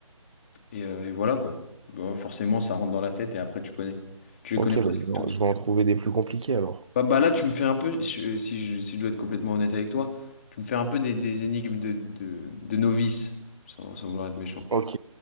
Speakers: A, on the left; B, on the right.
A: Et, euh, et voilà quoi. Bah, forcément, ça rentre dans la tête et après tu connais. Tu les
B: Ok,
A: connais presque
B: bah, je vais
A: toutes.
B: je vais en trouver des plus compliqués alors.
A: Bah, bah là, tu me fais un peu, si je- si je, si je dois être complètement honnête avec toi, tu me fais un peu des, des énigmes de, de, de novice, sans, sans vouloir être méchant.
B: Ok.